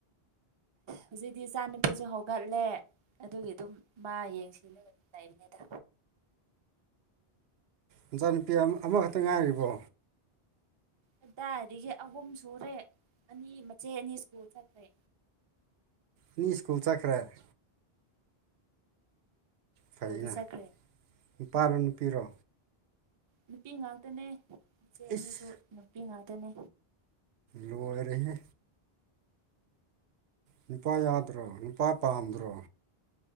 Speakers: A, on the right; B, on the right.
A: ꯍꯧꯖꯤꯛꯇꯤ ꯏꯆꯥ ꯅꯨꯨꯄꯤꯁꯨ ꯍꯧꯒꯠꯂꯦ ꯑꯗꯨꯒꯤ ꯑꯗꯨꯝ ꯃꯥ ꯌꯦꯡꯁꯤꯂꯦ꯫ ꯂꯩꯃꯦꯗ
B: ꯃꯆꯥꯅꯨꯄꯤ ꯑꯃ ꯑꯃꯈꯛꯇ ꯉꯥꯏꯔꯤꯕꯣ?
A: ꯑꯗꯨꯗꯥꯏꯗꯒꯤ ꯑꯍꯨꯝ ꯁꯨꯔꯦ ꯑꯅꯤ ꯃꯆꯦ ꯑꯅꯤ ꯁ꯭ꯀꯨꯜ ꯆꯠꯈ꯭ꯔꯦ꯫
B: ꯃꯤ ꯁ꯭ꯀꯨꯜ ꯆꯠꯈꯔꯦ ꯫
A: ꯁ꯭ꯀꯨꯜꯗ
B: ꯐꯖꯤꯅ
A: ꯆꯠꯈ꯭ꯔꯦ
B: ꯅꯨꯄꯥꯔꯣ ꯅꯨꯄꯤꯔꯣ?
A: ꯅꯨꯄꯤ ꯉꯥꯛꯇꯅꯦ ꯏꯆꯦ ꯑꯅꯤꯁꯨ
B: ꯏꯁ
A: ꯅꯨꯄꯤ ꯉꯥꯛꯇꯅꯦ꯫
B: ꯂꯣꯏꯔꯦꯍꯦ꯫ ꯅꯨꯄꯥ ꯌꯥꯎꯗꯔꯣ ꯅꯨꯄꯥ ꯄꯥꯝꯗ꯭ꯔꯣ?